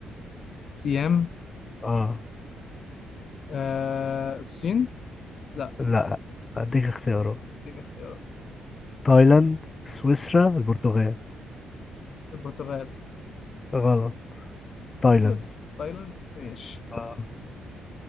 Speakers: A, on the left (about 50°); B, on the left (about 30°).
A: <laughs> سيام
B: اه
A: آه الصين لا
B: لا هديك اختيارات
A: اديني اختيارات
B: تايلاند سويسرا البرتغال
A: البرتغال
B: غلط تايلاند
A: السويس تايلاند ماشي
B: اه